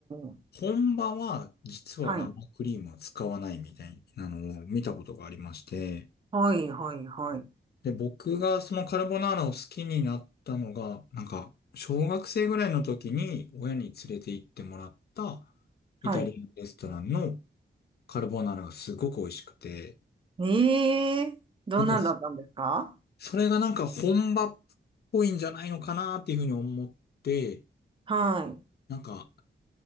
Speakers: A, on the right (about 25°); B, on the left (about 55°).
A: ー、
B: 本場は実は生クリームは使わないみたいなのを見たことがありまして、
A: はい。はい、はい、はい。
B: で、僕がそのカルボナーラを好きになったのが、なんか、小学生ぐらいの時に親に連れて行ってもらった
A: はい。
B: イタリアンレストランのカルボナーラがすごく美味しくて、
A: えー、どんなんだったんですか
B: なんか、それがなんか本場っぽいんじゃないのかなっていうふうに思って、
A: はい。
B: なんか、